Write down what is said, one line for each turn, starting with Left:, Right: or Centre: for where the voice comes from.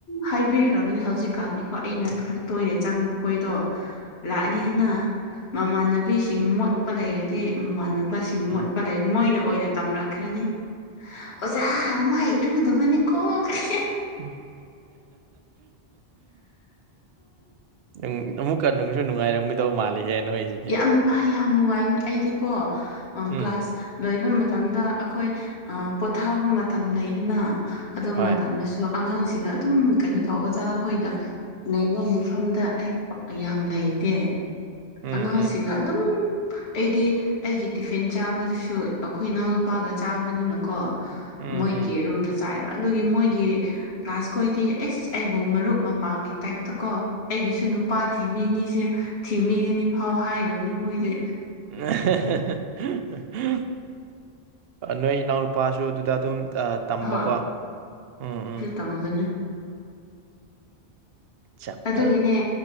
Left: ꯍꯥꯏꯕꯤꯈ꯭ꯔꯕꯅꯦ ꯍꯧꯖꯤꯛꯀꯥꯟꯗꯤꯀꯣ ꯑꯩꯅ ꯈꯔ ꯇꯣꯏꯅꯦ ꯆꯪꯕ ꯈꯣꯏꯗꯣ ꯂꯥꯛꯑꯅꯤꯗꯅ ꯃꯃꯥꯟꯅꯕꯤꯁꯤꯡ ꯃꯣꯠꯄ ꯂꯩꯔꯗꯤ ꯃꯃꯥꯟꯅꯕꯁꯤꯡ ꯃꯣꯠꯄ
Right: ꯎꯝ.
Left: ꯃꯣꯏꯅ ꯑꯣꯏꯅ ꯇꯝꯔꯛꯈ꯭ꯔꯅꯤ ꯑꯣꯖꯥ ꯃꯥꯢ ꯏꯔꯨ ꯇꯕꯅꯦꯈꯣ ꯀꯥꯢ
Right: <unintelligible> ꯅꯪ ꯑꯃꯨꯛ ꯀ ꯅꯨꯡꯁꯨ ꯅꯨꯡꯉꯥꯏꯔꯝꯒꯗꯧ ꯃꯥꯜꯂꯤꯍꯦ ꯅꯣꯏꯖꯤ
Left: ꯌꯥꯝ ꯑ ꯌꯥꯝ ꯅꯨꯡꯉꯥꯏꯅ ꯑꯩꯗꯤꯀꯣ ꯑ
Right: ꯎꯝ
Left: ꯀ꯭ꯂꯥꯁ ꯂꯣꯏꯕ ꯃꯇꯝꯗ ꯑꯈꯣꯏ ꯑ ꯄꯣꯊꯥꯕ ꯃꯇꯝ ꯂꯩꯗꯅ ꯑꯗꯨ
Right: ꯍꯣꯏ
Left: ꯃꯇꯝꯗꯁꯨ ꯑꯉꯥꯡꯁꯤꯡꯒ ꯑꯗꯨꯝ ꯀꯩꯅꯣ ꯇꯧ ꯑꯣꯖꯥꯈꯣꯏꯒ ꯂꯩꯕ ꯃꯐꯝꯗ ꯑꯩ ꯌꯥꯝ ꯂꯩꯇꯦ
Right: ꯎꯝ
Left: ꯑꯉꯥꯡꯁꯤꯡꯒ ꯑꯗꯨꯝ ꯑꯩꯗꯤ ꯑꯩꯒꯤ ꯇꯤꯐꯤꯟ ꯆꯥꯕꯗꯁꯨ ꯑꯈꯣꯏ ꯏꯅꯥꯎꯅꯨꯄꯥꯒ ꯆꯥꯕꯅꯤꯅꯀꯣ
Right: ꯎꯝ ꯎꯝ
Left: ꯃꯣꯏꯒꯤ
Right: ꯎꯝ
Left: ꯔꯨꯝꯗ ꯆꯥꯏꯕ ꯑꯗꯨꯒꯤ ꯃꯣꯏꯒꯤ ꯀ꯭ꯂꯥꯁ ꯈꯣꯏꯗꯤ ꯏꯁ ꯑꯩꯕꯨ ꯃꯔꯨꯞ ꯃꯄꯥꯡꯒꯤ ꯇꯥꯏꯞꯇ ꯀꯣ ꯑꯩꯒꯤꯁꯨ ꯅꯨꯄꯥ ꯊꯤꯕꯤꯅꯤꯁꯦ ꯊꯤꯕꯤꯒꯅꯤ ꯐꯥꯎ ꯍꯥꯏꯔꯕꯅꯦ ꯃꯣꯏꯗꯤ
Right: <unintelligible> ꯅꯣꯏ ꯏꯅꯥꯎꯅꯨꯄꯥꯁꯨ ꯑꯗꯨꯗ ꯑꯗꯨꯝ ꯑ ꯇꯝꯕꯀꯣ
Left: ꯍꯣꯏ
Right: ꯎꯝ ꯎꯝ
Left: ꯇꯝꯕꯅꯦ
Right: ꯆꯞ
Left: ꯑꯗꯨꯒꯤꯅꯦ
Right: ꯐꯩ